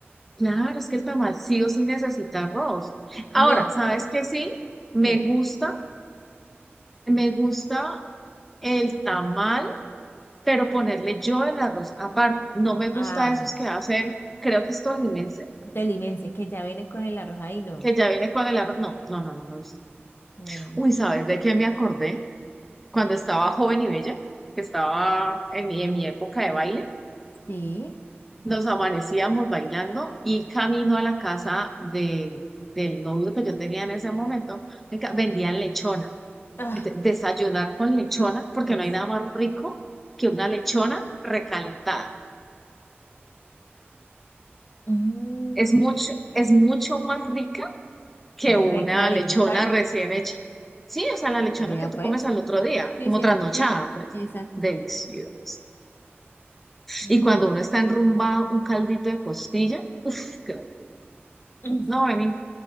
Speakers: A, in the centre; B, on the left (about 55°).
A: Claro, es que el tamal sí o sí necesita arroz. Ahora,
B: No,
A: ¿sabes qué sí? Me
B: qué
A: gusta, me gusta el tamal, pero ponerle yo el arroz. Aparte, no me gusta
B: ah,
A: esos que hacen, creo que es tolimense,
B: tolimense, que ya viene con el arroz ahí, no.
A: que ya viene con el arroz. No, no, no, no me gusta.
B: No, no, no,
A: Uy,
B: no.
A: ¿sabes de qué me acordé? Cuando estaba joven y bella, que estaba en mi, en mi época de baile,
B: Sí.
A: nos amanecíamos bailando y camino a la casa de, del novio que yo tenía en ese momento, venga, vendían lechona.
B: Ah,
A: de- desayunar con lechona, porque
B: Es
A: no hay nada más rico que una lechona recalentada.
B: mm,
A: Es mucho, es mucho más rica que
B: recalentar,
A: una lechona recién hecha. Sí, o sea, la lechona
B: vea
A: que tú
B: pues.
A: comes al otro día,
B: Sí,
A: como
B: sí,
A: trasnochada,
B: sí, sí.
A: pues,
B: Exacto.
A: deliciosa.
B: Mm,
A: Y cuando uno está enrumbado, un caldito de costilla, uff, qué rico.
B: <clears throat>
A: No, vení.